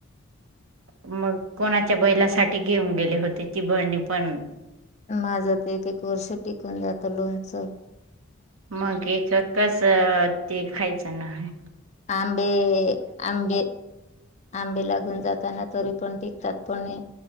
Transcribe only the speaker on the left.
माझं ते एक एक वर्ष टिकून जातं लोणचं
आंबे, आंबे, आंबे लागून जाताना तरी पण टिकतात पण नी